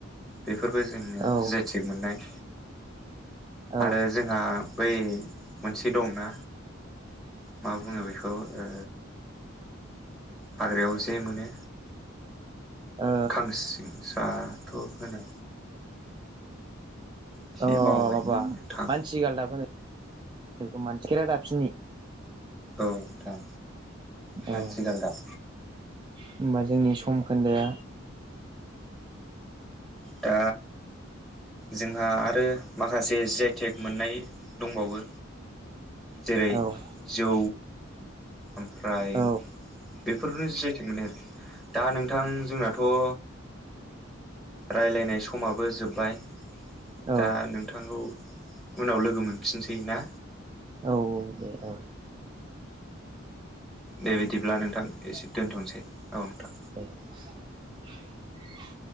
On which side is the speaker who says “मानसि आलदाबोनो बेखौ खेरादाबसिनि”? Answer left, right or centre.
Right